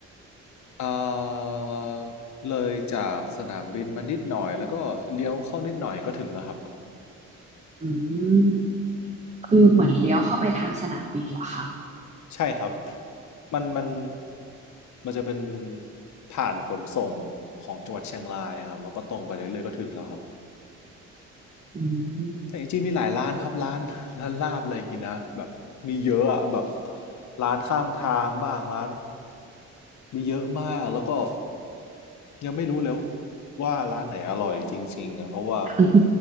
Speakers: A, on the left; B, on the right.
A: เอ่อเลยจากสนามบินมานิดหน่อยแล้วก็เลี้ยวเข้านิดหน่อยก็ถึงแล้วครับ
B: อืม คือเหมือนเลี้ยวเข้าไปทางสนามบินเหรอคะ
A: ใช่ครับมันมันมันจะเป็นผ่านขนส่งของจังหวัดเชียงรายครับแล้วก็ตรงไปเรื่อยๆก็ถึงแล้วครับ
B: อืม
A: แต่จริงๆมีหลายร้านครับร้าน <laughs> ร้านลาบอะไรกินนะแบบมีเยอะอะแบบร้านข้างทางบ้างร้านมีเยอะมากแล้วก็ยังไม่รู้แล้วว่าร้านไหนอร่อยจริงๆอะเพราะว่า
B: <laughs>